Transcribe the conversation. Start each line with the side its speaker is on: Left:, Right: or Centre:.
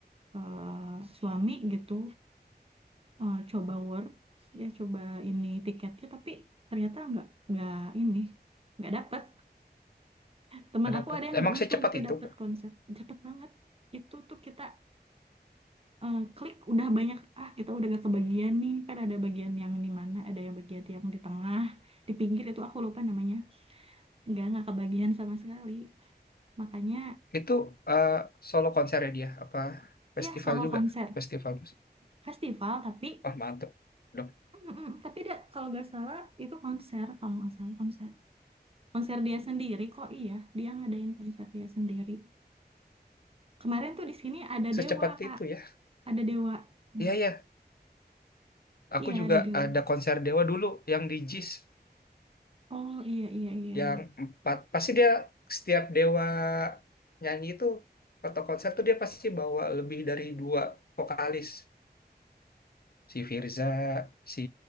Right: eh, suami gitu eh, coba work ya coba ini tiketnya tapi ternyata nggak nggak ini nggak dapet teman
Left: nggak
Right: aku
Left: dapat.
Right: ada yang
Left: Emang
Right: beruntung
Left: secepat
Right: gitu
Left: itu?
Right: dapet konser dapet banget itu tuh kita eh, klik udah banyak ah kita udah gak kebagian nih kan ada bagian yang di mana ada yang bagian yang di tengah di pinggir itu aku lupa namanya nggak nggak kebagian sama sekali makanya
Left: Itu eh, solo konsernya dia apa
Right: ya
Left: festival
Right: solo
Left: juga?
Right: konser
Left: Festival musik.
Right: festival tapi
Left: Wah, mantap dong.
Right: Mm-mm. Tapi da, kalau nggak salah itu konser kalau nggak salah konser konser dia sendiri kok iya dia ngadain konser dia sendiri kemarin tuh di sini ada
Left: Secepat
Right: Dewa Kak
Left: itu ya.
Right: ada Dewa Hmm.
Left: Iya ya, aku
Right: iya
Left: juga
Right: ada Dewa
Left: ada konser Dewa dulu yang di JIS
Right: oh iya iya iya
Left: yang empat. Pasti dia setiap Dewa nyanyi itu atau konser tuh dia pasti bawa lebih dari dua vokalis. Si Firza, si